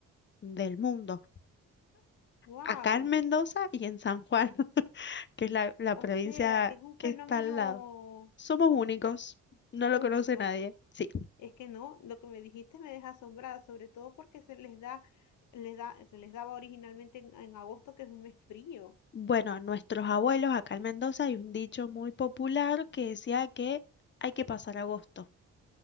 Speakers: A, on the left (about 40°); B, on the left (about 75°).
A: del mundo.
B: Wow.
A: Acá en Mendoza y en San Juan, <laughs> que es la, la
B: O
A: provincia
B: sea que es un
A: que
B: fenómeno
A: está al lado. Somos únicos, no lo
B: único.
A: conoce nadie. Sí.
B: Es que no, lo que me dijiste me deja asombrada, sobre todo porque se les da, les da, se les daba originalmente en en agosto, que es un mes frío.
A: Bueno, nuestros abuelos acá en Mendoza hay un dicho muy popular que decía que hay que pasar agosto.